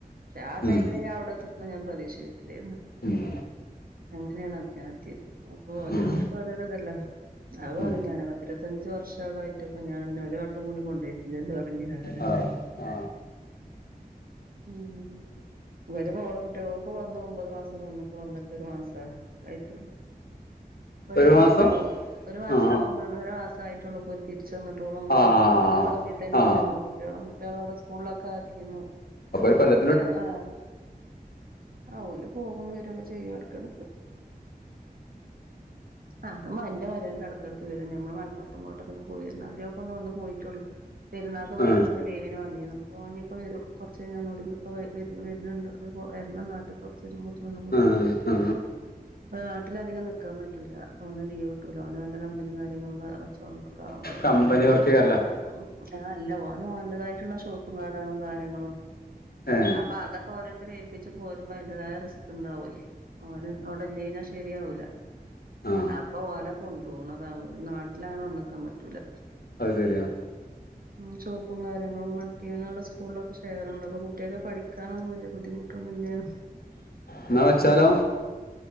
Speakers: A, on the right (about 65°); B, on the left (about 75°).
A: ക്ഷേ ആ ടൈമില്
B: ഉം
A: ഞാൻ അവിടെത്തുന്ന് ഞാൻ പ്രതീക്ഷിച്ചിട്ടില്ലേരുന്നു
B: ഉം
A: അങ്ങനെണ് <unintelligible> ഞാ എത്യേത് അപ്പൊ ഓരോരുത്തര്ക്ക്
B: ഉം
A: ഓരോരോതല്ലേ അത് പറിംഞാന്
B: ഉം
A: പത്തിരുപത്തഞ്ച് വർഷം അവിടായിട്ടും പ്പൊ ഞാൻ ഒരു വട്ടം കൂടി കൊണ്ടോയിട്ടില്ലല്ലോന്ന് പറിം ഞാന്
B: ആ ആ
A: <unintelligible> ഇവല് മോളും കുട്ട്യോളും ഓല്പ്പൊ വന്ന് ഒമ്പത് മാസം നിന്ന്പ്പോ വന്നിട്ട് ഒരു മാസാ ക്കായിട്ടൊള്ളു ഓലെടെകെടക്ക്
B: ഒരു മാസം
A: പോവും ഒരു മാസം
B: ആ
A: ഒന്നൊന്നര മാസായിട്ടൊള്ളൂ പ്പോല് തിരി ച്ച്ന്ന്ട്ടൊള്ളൂ ഒമ്പത്
B: ആ ആ
A: മാസായിട്ട്പ്പ സൗദി തന്നേന്നു
B: ആ
A: ഓളും കുട്ട്യാളും കുട്ട്യാളവടെ സ്കൂളിലൊക്കെക്കാക്കിന്നു
B: അപ്പൊരുകൊല്ല
A: ഏ ആ ആ ഓല് പോകും വെരൊക്കെ ചെയ്യും എടകെടക്ക് അ അത് ന്റെ മരോനും എടക്കെടക്ക് വെരും ഞമ്മള് മലപ്പുറത്തും കോട്ടെക്കലും പോയിര്ണാതിരി അപ്പൊന്ന് വന്ന് പോയിട്ടൊള്ളൂ പെര്ന്നാക്ക്
B: ആ
A: പത്തിസ്‌ത്തെ ലീവിന് വന്നിന്നു പ്പൊഞ്ഞി പ്പൊവെരും കൊർച്ചയ്ഞ്ഞാ ഒന്നൂടി പ്പ വെ വെര് വെര്ണ് ണ്ട് അ പ്പൊ വെര്ണം നാട്ട്ക് തെരുമ്പോത്തിന് ഒന്നുംകൂ‌ടി
B: ആ ആ
A: <unintelligible> ഓനധികം നിൽക്കാൻ പറ്റൂല്ലാ ഓന് ലീവ് കിട്ടൂല ഓന് ഓന്റെ കമ്പനിയും കാര്യങ്ങളും കച്ചോ ആവുമ്പോളെ
B: കമ്പനി
A: അപ്പോ
B: വർക്ക് ചെയ്യാറില്ല
A: ഉം ആ അല്ല ഓനും ഓന്റേതായിട്ടുള്ള <unintelligible> കാര്യങ്ങളും
B: ഏ
A: അപ്പോ അതൊക്കെ ഓ രോര്ത്തരെ ഏൽപ്പിച്ച് പോരുമ്പോ അതിന്റേതായ റിസ്ക്ണ്ടാവേ ഓന് അവടെ ഇല്ലാഞ ശരിയാവൂല്ല
B: ആ
A: അപ്പോ ഓലെ കൊണ്ടോണതാവും നാട്ടിലങ്ങനെ വന്ന് നിക്കാൻ പറ്റൂല
B: അത് ശരിയാ
A: ഉം ചോ ടങ്ങളും കാര്യങ്ങളും വണ്ടിയനാട് സ്കൂളിലൊക്കെ ഷെയർ ഉണ്ട് അപ്പോ കു കുട്ടികൾക്ക് പഠിക്കാനൊന്നും വലിയ ബുദ്ധിമുട്ടൊന്നും ഇല്ലേലും
B: എന്നാ വച്ചാലോ